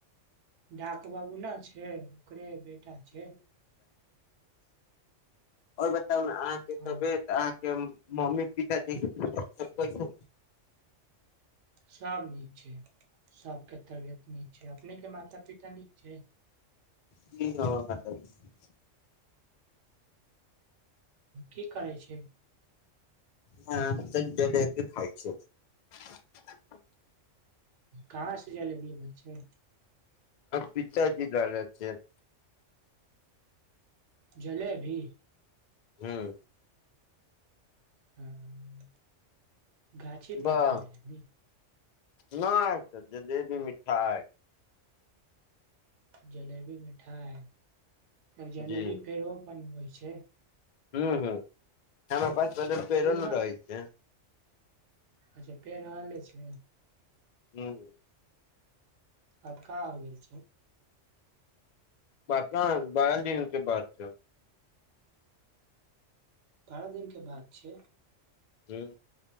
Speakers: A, on the right; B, on the left.
A: डाक बाबू ने छै ओकरे बेटा छै
B: ओर बताउ ने आहाॅं के
A: हँ
B: तबियत मम्मी पिताजी कैसन छै
A: सब नीक छै सबके तबियत नीक छै अपने के माता पिता नीक छै
B: की हो <unintelligible>
A: की करै छै
B: हँ तऽडे खा छै <unintelligible>
A: कहाँ से जालेबी अबै छै
B: पिताजी लर छै <unintelligible>
A: जलेबी
B: ह्म
A: हाँ गाछ परखि
B: बस
A: नहि
B: नहि तऽ जलेबी मिठाई
A: जलेबी मिठाई जलेबी
B: जी
A: फेर ओ बनबै छै
B: हूम हूम <unintelligible> हमरा पच पजारुपेरन
A: उ न
B: रहै छै
A: अच्छा पेड़ रहले छै
B: हूम
A: आब कहाँ हो गेल छै
B: बात बारल दिन के बाद छै <unintelligible>
A: बारह दिन के बाद छै
B: ह्म